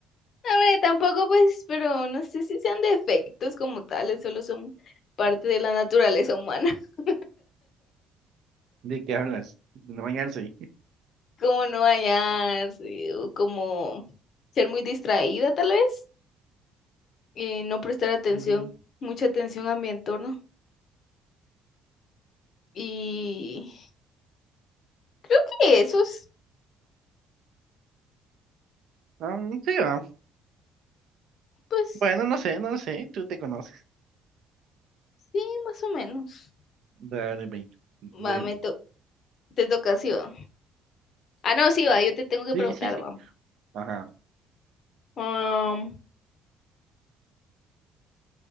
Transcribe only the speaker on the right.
¿De qué hablas? No bañarse.
Mm,
ah, sí, va.
Bueno, no sé, no sé, tú te conoces.
Dale, ve. Voy
yo.
Sí,
sí, sí.
Ajá.